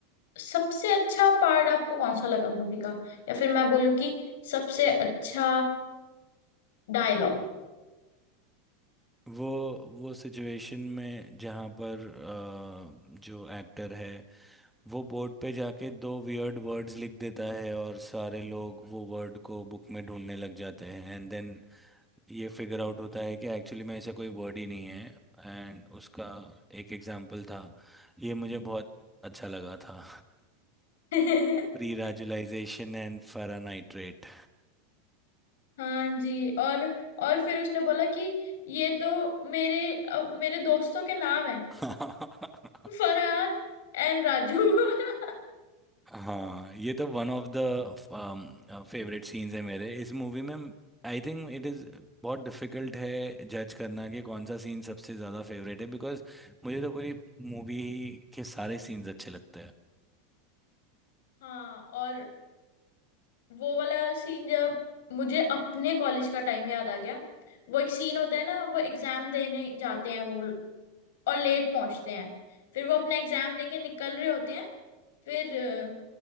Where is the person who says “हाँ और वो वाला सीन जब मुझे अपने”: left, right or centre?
Left